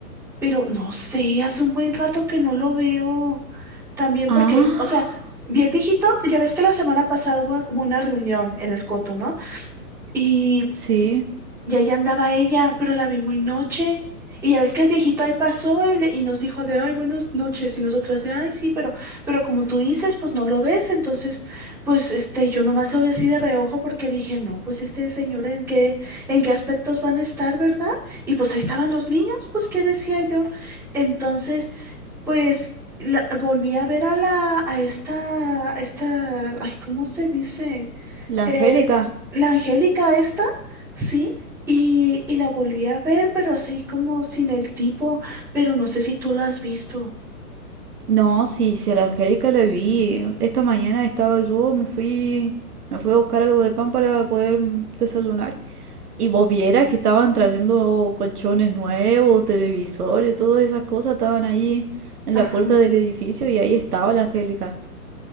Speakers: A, in the centre; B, on the right.
A: pero no sé, hace un buen rato que no lo veo. También
B: Ah,
A: porque, o sea, vi el viejito, ya ves que la semana pasada hubo como una reunión en el Coto, ¿no? y
B: sí,
A: y allá andaba ella, pero la vi muy noche. Y ya ves que el viejito ahí pasó y, le- y nos dijo de, ay, buenas noches. Y nosotras de, ay, sí, pero, pero como tú dices, pues no lo ves. Entonces, pues este, yo nomás lo vi así de reojo porque dije, no, pues este señor, ¿en qué, en qué aspectos van a estar, verdad? Y pues ahí estaban los niños, pues, ¿qué decía yo? Entonces, pues la- volví a ver a la, a esta, a esta, ay, ¿cómo se dice?
B: la
A: Eh,
B: Angélica.
A: la Angélica esta, sí, y, y la volví a ver, pero así como sin el tipo, pero no sé si tú lo has visto.
B: No, sí, sí, a la Angélica la vi. Esta mañana estaba yo, me fui, me fui a buscar algo de pan para poder mm, desayunar. Y vos vieras que estaban trayendo colchones nuevos, televisores, todas esas cosas estaban ahí en
A: Ajá.
B: la puerta del edificio y ahí estaba la Angélica.